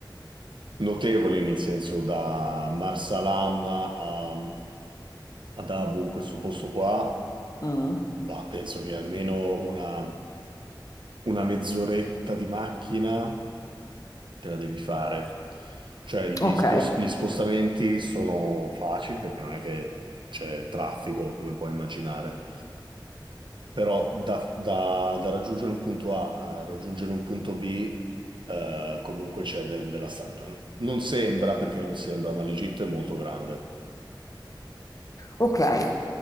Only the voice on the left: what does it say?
mm.
Ok,
Ok,